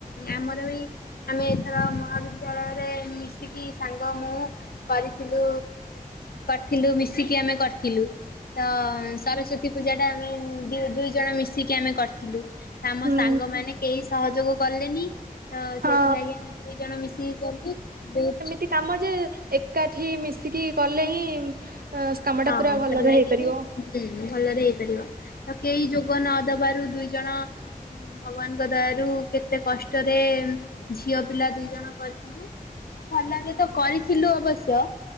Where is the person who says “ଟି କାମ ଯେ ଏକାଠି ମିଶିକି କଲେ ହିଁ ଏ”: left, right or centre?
Right